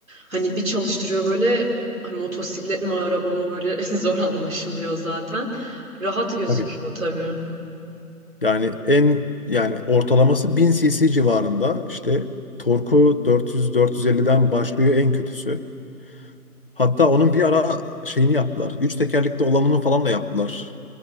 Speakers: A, on the right; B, on the left.
A: Hani bir çalıştırıyor böyle hani motosiklet mi araba mı böyle <laughs> zor anlaşılıyor zaten. Rahat gözüküyor
B: tabii.
A: tabii.
B: Yani en yani ortalaması 1000 cc civarında işte torku 400-450'den başlıyor en kötüsü. Hatta onun bir ara şeyini yaptılar. Üç tekerlekli olanını falan da yaptılar.